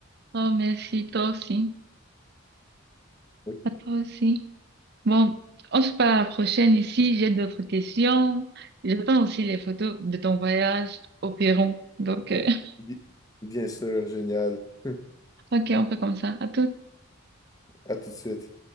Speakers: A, on the right (about 50°); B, on the left (about 15°).
A: Oh, merci, toi aussi.
B: Donc,
A: À toi aussi. Bon, on se parle à la prochaine ici. J'ai d'autres questions. J'attends aussi les photos de ton voyage au Pérou. Donc, euh, <laughs>
B: bi- Bien sûr, génial. <laughs>
A: ok, on fait comme ça. À tout.
B: À tout de suite.